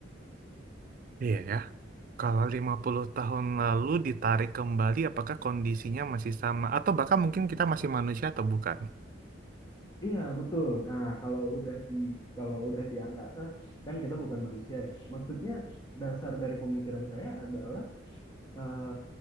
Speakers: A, on the right (about 45°); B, on the left (about 20°).
A: Iya ya. Kalau 50 tahun lalu ditarik kembali, apakah kondisinya masih sama? Atau bahkan mungkin kita masih manusia atau bukan?
B: Iya betul. Nah kalau udah di kalau udah di angkasa kan kita bukan manusia ya. Maksudnya dasar dari pemikiran saya adalah eh,